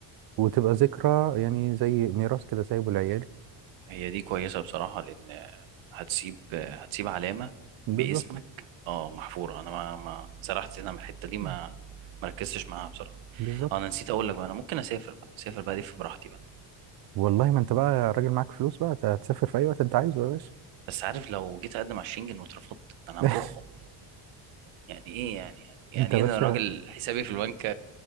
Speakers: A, on the right; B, on the right.
A: وتبقى ذكرى يعني زي ميراث كده سايبه لعيالي
B: هي دي كويسة بصراحة لأن آه، هتسيب آه، هتسيب علامة
A: بالظبط
B: باسمك أه محفورة أنا ما ما سرحت هنا من الحتة دي ما
A: مم.
B: مركزتش معاها بصراحة
A: بالظبط
B: آه، أنا نسيت أقول لك بقى أنا ممكن أسافر بقى أسافر بقى ألف براحتي بقى
A: والله ما انت بقى راجل معاك فلوس بقى ت- هتسافر في اي وقت انت عايزه يا باشا
B: بس عارف لو جيت اقدم على الشنجن واترفضت انا
A: <laughs>
B: هنفخه يعني ايه يعني يعني
A: انت باشا
B: ايه ده انا راجل حسابي في البنك